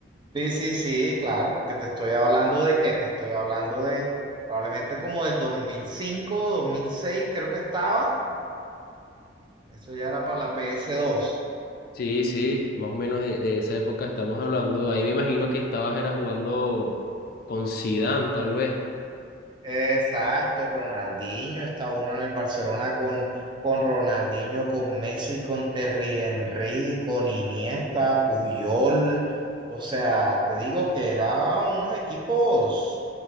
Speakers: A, on the right; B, on the left.
A: Sí, sí, sí, claro, porque te estoy hablando de qué, te estoy hablando de probablemente como del dos dos mil cinco dos mil seis creo que estaba, eso ya era para la ps dos
B: sí, sí, más o menos de, de esa época estamos hablando. Ahí me imagino que estabas era jugando con Zidane, tal vez.
A: Exacto, Ronaldinho, está uno en el Barcelona con, con Ronaldinho, con Messi, con Terry Henry, con Iniesta,
B: Sí.
A: Puyol, o sea, te digo que eran unos equipos